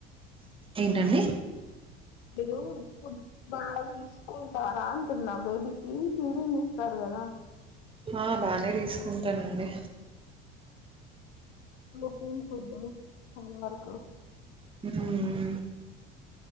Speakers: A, on the right; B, on the left.
A: ఏంటండి
B: మీరు బాగా తీసుకుంటారా అంటున్న బేబీకి ఫీడింగ్ ఇస్తారు కదా కదా
A: ఆ బానే తీసుకుంటానండి
B: ప్రోటీన్ ఫుడ్ హోం వర్క్
A: మ్...